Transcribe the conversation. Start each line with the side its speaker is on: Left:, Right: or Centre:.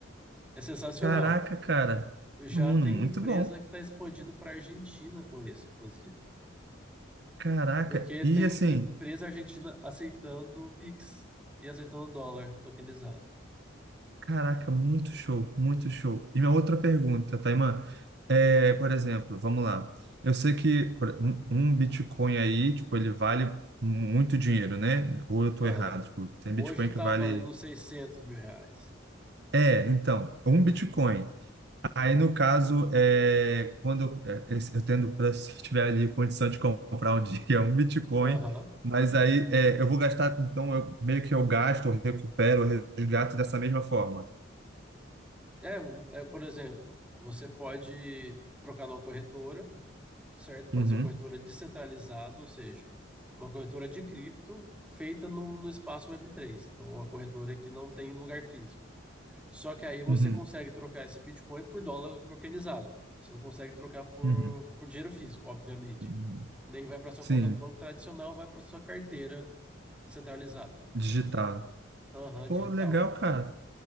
Centre: É sensacional.
Right: Caraca, cara.
Centre: Já
Right: Hum,
Centre: tem
Right: muito
Centre: empresa
Right: bom.
Centre: que está expandindo para a Argentina com isso, inclusive.
Right: Caraca.
Centre: Porque
Right: E
Centre: tem
Right: assim,
Centre: empresa argentina aceitando Pix e aceitando dólar tokenizado.
Right: caraca, muito show, muito show. E minha outra pergunta, Taimã, é, por exemplo, vamos lá. Eu sei que por- um um Bitcoin aí, tipo, ele vale muito dinheiro, né? Ou eu tô
Centre: Aham.
Right: errado? Tipo, tem
Centre: Hoje
Right: Bitcoin
Centre: está
Right: que vale.
Centre: valendo uns 600 mil reais.
Right: É, então, um Bitcoin. Aí, no caso, é, quando é, esse- eu tendo, pra- se eu tiver ali condição de comprar um <laughs> dia um Bitcoin,
Centre: Aham.
Right: mas aí é, eu vou gastar, então eu, meio que eu gasto, eu recupero, eu resgato dessa mesma forma.
Centre: É, v- é, por exemplo, você pode trocar numa corretora, certo? Pode
Right: Uhum,
Centre: ser uma corretora descentralizada, ou seja, uma corretora de cripto feita no, no espaço web três, Então, uma corretora que não tem lugar físico. Só que aí você
Right: uhum,
Centre: consegue trocar esse Bitcoin por dólar tokenizado. Você não consegue trocar por,
Right: uhum,
Centre: por dinheiro físico, obviamente.
Right: uhum.
Centre: Nem vai para sua
Right: Sim,
Centre: conta do banco tradicional, vai para sua carteira descentralizada.
Right: digitar.
Centre: Aham,
Right: Pô,
Centre: digital.
Right: legal, cara.